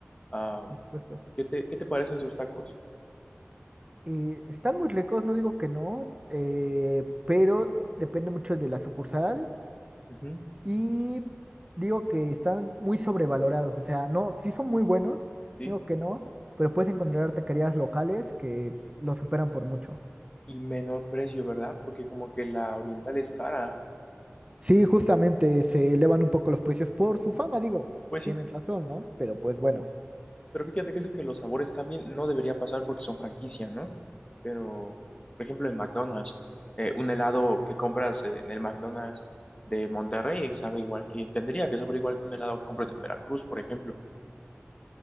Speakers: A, on the left; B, on the right.
A: Ah,
B: por supuesto.
A: ¿qué te, qué te parecen sus tacos?
B: Eh, están muy ricos, no digo que no, eh, pero depende mucho de la sucursal
A: Ujú,
B: y digo que están muy sobrevalorados, o sea, no, sí son muy buenos,
A: sí.
B: digo que no, pero puedes encontrar taquerías locales que los superan por mucho.
A: Y menor precio, ¿verdad? Porque como que la oriental es cara.
B: Sí, justamente se elevan un poco los precios por su fama, digo,
A: Pues
B: tienen
A: sí,
B: razón, ¿no? Pero pues bueno.
A: pero fíjate que
B: Y
A: eso que los sabores cambien no debería pasar porque son franquicia, ¿no? Pero, por ejemplo, en McDonald's, eh, un helado que compras eh, en el McDonald's de Monterrey sabe igual que, tendría que saber igual que un helado que compras en Veracruz, por ejemplo.